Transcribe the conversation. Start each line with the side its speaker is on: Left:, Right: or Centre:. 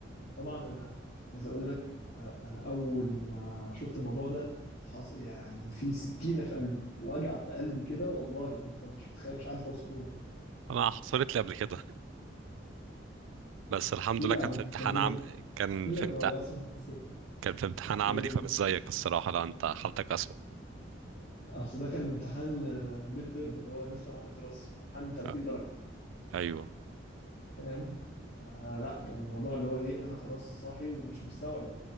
Left: طبعا انا عايز اقول لك آه، انا اول ما شفت الموضوع ده حص... يعني في سكينه في قلبي وجع في قلبي كده والله انت مش متخيل مش عارف اوصفه لك حتى
Right: انا حصلت لي قبل كده بس الحمد
Left: احكي
Right: لله
Left: لك
Right: كان في امتحان
Left: اكمل
Right: عم... كان
Left: لك
Right: في امت...
Left: وهبقى اسمع قصتك
Right: كان في امتحان عملي
Left: ايه
Right: فمش زيك الصراحه لا انت حالتك اسوأ
Left: اصل ده كان امتحان ميد ترم اللي هو نصف العام الدراسي امتحان 30
Right: آه،
Left: درجه
Right: ايوه
Left: فاهم فلا كان الموضوع اللي هو ايه انا خلاص صاحي ومش مستوعب